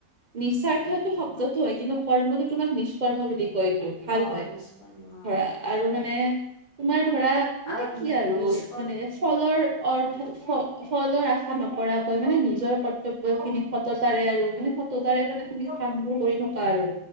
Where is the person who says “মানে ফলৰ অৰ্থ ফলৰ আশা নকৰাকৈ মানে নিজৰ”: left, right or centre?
Right